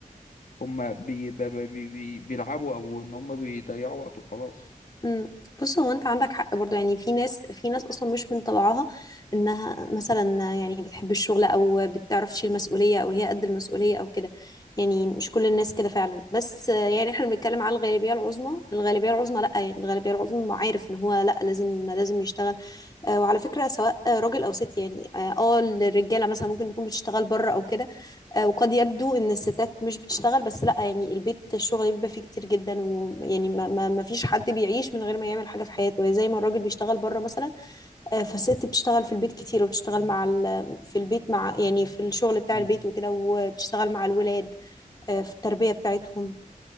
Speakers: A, on the left (about 70°); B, on the left (about 30°).
A: هم بي بي بي بي بيلعبوا او ان هم بيضيعوا وقت وخلاص
B: امم بص هو انت عندك حق برضه يعني في ناس في ناس اصلا مش من طبعها انها مثلا يعني بتحب الشغل او بتعرف تشيل مسؤوليه او هي قد المسؤوليه او كده يعني مش كل الناس كده فعلا بس آه، يعني احنا بنتكلم على الغالبيه العظمى الغالبيه العظمى لا يعني الغالبيه العظمى عارف ان هو لا لازم لازم يشتغل آه، وعلى فكره سواء آه، راجل او ست يعني اه آه، الرجاله مثلا ممكن تكون بتشتغل بره او كده آه، وقد يبدو ان الستات مش بتشتغل بس لا يعني البيت الشغل بيبقى فيه كتير جدا ويعني ما, ما, ما فيش حد بيعيش من غير ما يعمل حاجه في حياته يعني زي ما الراجل بيشتغل بره مثلا آه، فالست بتشتغل في البيت كتير وبتشتغل مع ال... في البيت مع يعني في الشغل بتاع
A: مم.
B: البيت وكده وبتشتغل مع الولاد آه، في التربيه بتاعتهم